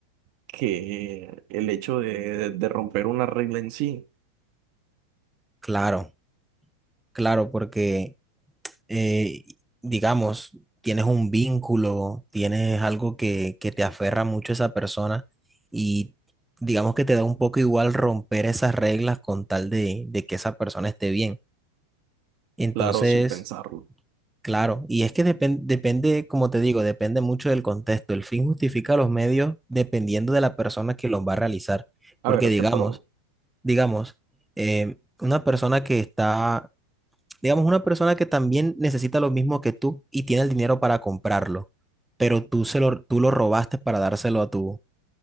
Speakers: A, on the right (about 45°); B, in the centre.
A: que el hecho de, de romper una regla en sí,
B: claro, claro, porque eh, digamos, tienes un vínculo, tienes algo que, que te aferra mucho a esa persona y digamos que te da un poco igual romper esas reglas con tal de, de que esa persona esté bien. Entonces,
A: claro, sin pensarlo.
B: claro, y es que depen- depende, como te digo, depende mucho del contexto. El fin justifica los medios dependiendo de la persona que los va a realizar. Porque
A: A ver,
B: digamos,
A: te pero
B: digamos, eh, una persona que está digamos, una persona que también necesita lo mismo que tú y tiene el dinero para comprarlo, pero tú, se lo, tú lo robaste para dárselo a tu,